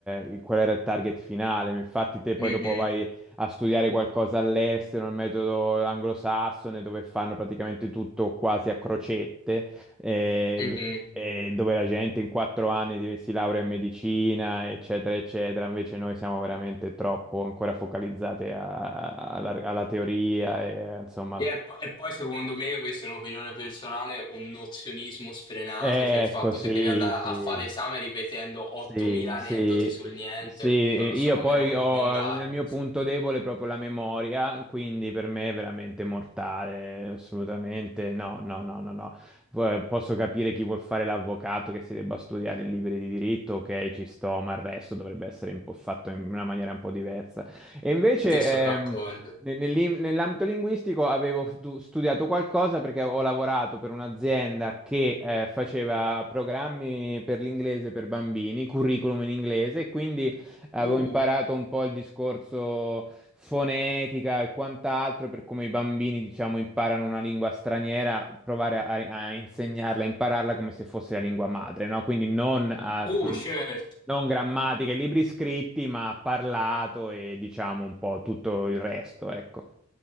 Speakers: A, in the centre; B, on the left.
A: il- qual era il target finale. Infatti, te poi
B: Mhm,
A: dopo vai a studiare qualcosa all'estero, il metodo anglosassone, dove fanno praticamente tutto quasi a crocette, eh,
B: mhm.
A: e dove la gente in quattro anni di- si laurea in medicina, eccetera, eccetera. Invece noi siamo veramente troppo ancora focalizzati a- alla, alla teoria, e, insomma.
B: E, po- e poi secondo me, questa è un'opinione personale, un nozionismo sfrenato,
A: eh,
B: cioè il fatto
A: Ecco, sì,
B: che devi andare
A: sì.
B: a fare l'esame ripetendo
A: Sì,
B: 8.000
A: sì,
B: aneddoti sul niente,
A: sì, io
B: non lo so, a
A: poi
B: me non,
A: ho
B: non garba.
A: nel mio punto debole proprio la memoria, quindi per me è veramente mortale, assolutamente no, no, no, no, no. Eh, Posso capire chi vuol fare l'avvocato, che si debba studiare i libri di diritto, ok, ci sto, ma il resto dovrebbe essere un po' fatto in una maniera un po' diversa. E invece
B: Sì, sono d'accordo.
A: ehm, ne- nell'im- nell'ambito linguistico avevo stu- studiato qualcosa perché ho lavorato per un'azienda che eh, faceva programmi per l'inglese per bambini, curriculum in inglese, e quindi avevo
B: Uh,
A: imparato un po' il discorso fonetica e quant'altro per come i bambini, diciamo, imparano una lingua straniera, provare a, a insegnarla, a impararla come se fosse la lingua madre, no? Quindi non a...
B: uh,
A: con-
B: certo.
A: non grammatiche, libri scritti, ma parlato e diciamo un po' tutto il resto, ecco.